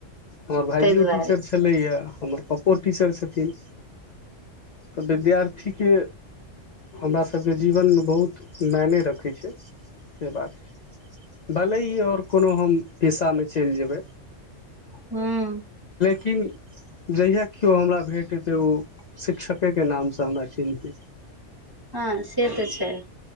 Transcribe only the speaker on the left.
हमर भाईजीयो
टीचर छलैया हमर पप्पो पिसर छथिन। तऽ विद्यार्थी के हमरा सबके जीवन मे बहुत मायने रखै छै से बात छै। दलई और कुनु हम पेशा मे चैल जेबै।
किन जहिया कियो हमरा भेट हेतै ओ शिक्षके नाम सँ हमरा चिन्हतै।